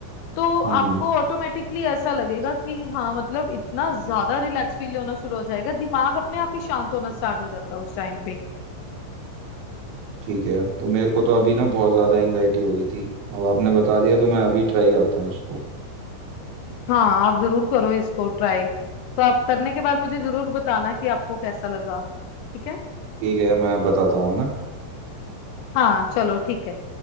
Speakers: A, on the left; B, on the right.
A: तो
B: हम्म
A: आपको ऑटोमेटिकली ऐसा लगेगा कि हाँ मतलब इतना ज्यादा रिलैक्स फील होना शुरू हो जाएगा दिमाग अपने आप ही शांत होना स्टार्ट हो जाता है उस टाइम पे
B: ठीक है तो मेरे को तो अभी ना बहुत ज्यादा एंजाइटी हो रही थी अब आपने बता दिया तो मैं अभी ट्राई करता हूँ उसको
A: हाँ आप जरूर करो इसको ट्राई तो आप करने के बाद मुझे जरूर बताना कि आपको कैसा लगा ठीक है
B: ठीक है मैं बताता हूँ है ना
A: हाँ चलो ठीक है